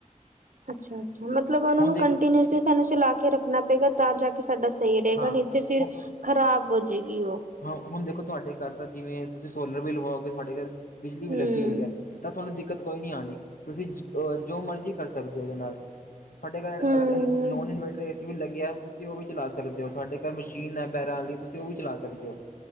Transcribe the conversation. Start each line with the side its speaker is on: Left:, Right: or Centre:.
Right: ਅੱਛਾ-ਅੱਛਾ ਮਤਲਬ ਉਹਨਾਂ
Left: ਹੁਣ
Right: ਨੂੰ
Left: ਦੇਖ
Right: ਕੰਟੀਨੂਸਲੀ ਸਾਨੂੰ ਸੁਲਾ ਕੇ ਰੱਖਣਾ ਪਏਗਾ ਤਾਂ ਜਾ ਕੇ ਸਾਡਾ। ਸਹੀ ਰਹੇਗਾ
Left: ਹਾਂ
Right: ਨੀ ਤੇ ਫਿਰ
Left: ਹੁ
Right: ਖ਼ਰਾਬ ਹੋ ਜਾਏਗੀ ਉਹ।
Left: ਹਾਂ ਹੁਣ ਦੇਖੋ ਤੁਹਾਡੇ ਘਰ ਤਾਂ ਜਿਵੇਂ ਤੁਸੀਂ ਸੋਲਰ ਬ ਲਵਾਓਗੇ ਤੁਹਾਡੇ ਘਰ ਬਿਜਲੀ ਵੀ
Right: ਹੂੰ,
Left: ਲੱਗੀ ਹੋਈ ਹੈ ਤਾਂ ਤੁਹਾਨੂੰ ਦਿੱਕਤ ਕੋਈ ਨੀ ਆਉਣੀ ਤੁਸੀਂ ਜੋ ਮਰਜ਼ੀ ਕਰ ਸਕਦੇ ਹੋ ਉਹਦੇ ਨਾਲ ਤੁਹਾਡੇ ਘਰ
Right: ਹੂੰ,
Left: ਅਗਰ ਨੋ ਇਨਵੇਟਰ ਵੀ ਲੱਗਿਆ ਤੁਸੀਂ ਉਹ ਵੀ ਚਲਾ ਸਕਦੇ ਹੋ ਤੁਹਾਡੇ ਘਰ ਮਸ਼ੀਨ ਹੈ ਪੈਰਾਂ ਵਾਲੀ ਤੁਸੀਂ ਉਹ ਵੀ ਚਲਾ ਸਕਦੇ ਹੋ